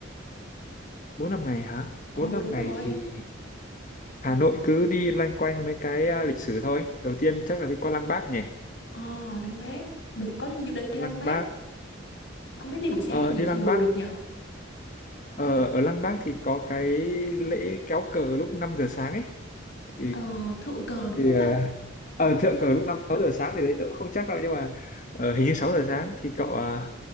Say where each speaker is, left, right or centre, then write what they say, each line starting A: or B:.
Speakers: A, on the left (about 40°); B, on the left (about 55°).
A: Bốn năm ngày hả?
B: Ừ
A: Bốn năm
B: đúng rồi,
A: ngày thì Hà Nội cứ đi loanh quanh mấy cái à, lịch sử thôi. Đầu tiên chắc là đi qua Lăng Bác nhỉ?
B: ờ, Lăng Bác, mình cũng có dự định đi
A: Lăng
B: Lăng Bác,
A: Bác,
B: không biết đi buổi sáng
A: ờ,
B: hay buổi
A: đi
B: chiều
A: Lăng Bác.
B: được nhỉ?
A: Ờ, ở Lăng Bác thì có cái lễ kéo cờ lúc 5 giờ sáng ấy. Thì,
B: Ờ, Thượng Cờ đúng
A: thì
B: không
A: ờ,
B: ta? Để...
A: ờ, thượng cờ lúc 5 6 giờ sáng thì đấy tớ cũng không chắc đâu. Nhưng mà ờ, hình như 6 giờ sáng thì cậu à,